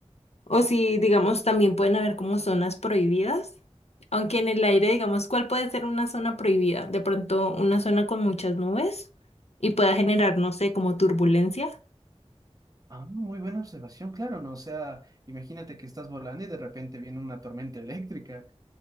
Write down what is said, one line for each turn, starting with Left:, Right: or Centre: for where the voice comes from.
Left: O si, digamos, también pueden haber como zonas prohibidas, aunque en el aire, digamos, ¿cuál puede ser una zona prohibida? De pronto una zona con muchas nubes y pueda generar, no sé, como turbulencia.
Right: Ah, muy buena observación, claro, ¿no? O sea, imagínate que estás volando y de repente viene una tormenta eléctrica.